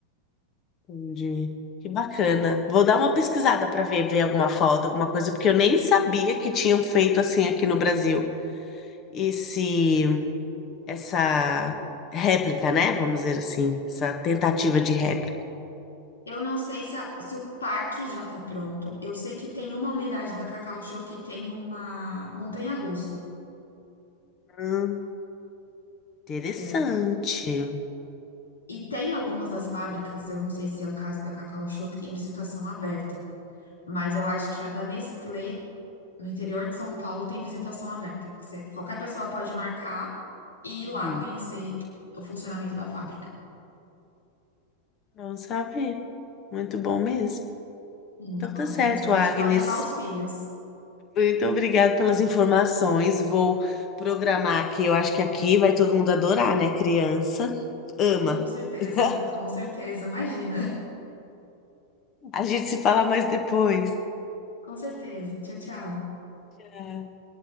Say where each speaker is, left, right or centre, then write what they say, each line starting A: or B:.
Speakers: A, on the left (about 30°); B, on the left (about 75°).
A: entendi. Que bacana. Vou dar uma pesquisada para ver, ver alguma foto, alguma coisa, porque eu nem sabia que tinham feito assim aqui no Brasil. esse essa réplica, né? Vamos dizer assim, essa tentativa de réplica.
B: Eu não sei se, a- se o parque já tá pronto. Eu sei que tem uma unidade da Cacau Show que tem uma montanha-russa.
A: Hum, interessante.
B: É. E tem algumas das fábricas, eu não sei se é o caso da Cacau Show, que tem visitação aberta. Mas eu acho que a da Nestlé no interior de São Paulo tem visitação aberta. que você- qualquer pessoa pode marcar e ir
A: Hum,
B: lá conhecer o funcionamento da fábrica.
A: bom saber. Muito bom mesmo.
B: Muito
A: Então
B: bom,
A: tá certo,
B: principalmente
A: Agnes.
B: para levar os filhos.
A: Muito obrigada pelas informações. Vou programar aqui. Eu acho que aqui vai todo mundo adorar, né? Criança ama.
B: Com certeza,
A: <laughs>
B: com certeza, imagina. <laughs>
A: A gente se fala mais depois.
B: Com certeza. Tchau, tchau.
A: Tá.